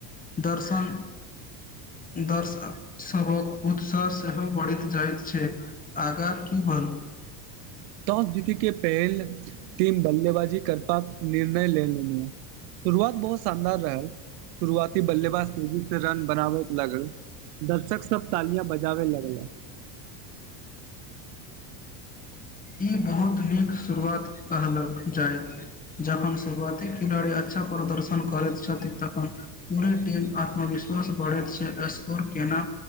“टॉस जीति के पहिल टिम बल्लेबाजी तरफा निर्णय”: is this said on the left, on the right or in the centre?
Right